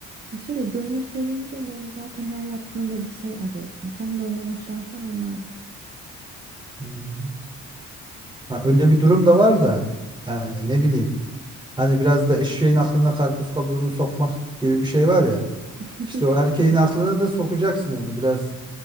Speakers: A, on the right; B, on the right.
A: ya şöyle gönül sevince böyle zaten her yaptığında bir şey arıyorsun. Sen de ondan hoşlansan anlardın.
B: Hmm. Ha, öyle bir durum da var da. Yani ne bileyim. Hani biraz da eşeğin aklına karpuz kabuğunu sokmak gibi bir şey var ya.
A: <laughs>
B: İşte o erkeğin aklına da sokacaksın onu biraz.